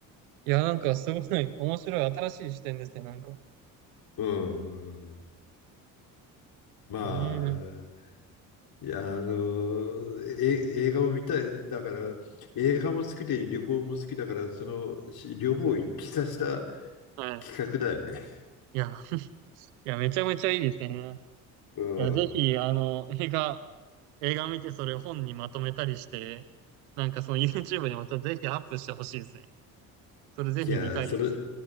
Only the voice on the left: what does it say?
うん。まあ、
いや、あの、え、映画を見たい。だから、映画も好きで旅行も好きだから、そのし両方を一致させた
企画だよね。
うん。
じゃあ、それ、